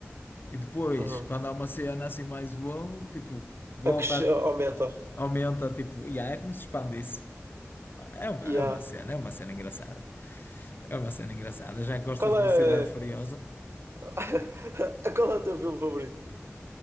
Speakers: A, on the left; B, on the right.
A: E depois,
B: Uhum.
A: quando há uma cena assim mais wow, tipo, volta,
B: A que che- aumenta.
A: a- aumenta, tipo. E é como se expandisse. É uma,
B: Yeah.
A: é uma cena, é uma cena engraçada. É uma cena engraçada. Já gostas
B: Qual
A: de Velocidade
B: é...
A: Furiosa?
B: <laughs> Qual é o teu filme favorito?